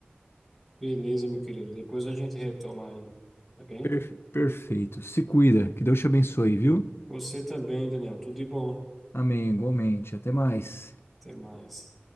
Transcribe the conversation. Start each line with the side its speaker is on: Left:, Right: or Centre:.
Centre: Beleza, meu querido. Depois a gente retoma aí, tá bem?
Left: Per- perfeito. Se cuida, que Deus te abençoe, viu?
Centre: Você também, Daniel. Tudo de bom.
Left: Amém, igualmente. Até mais.
Centre: Até mais.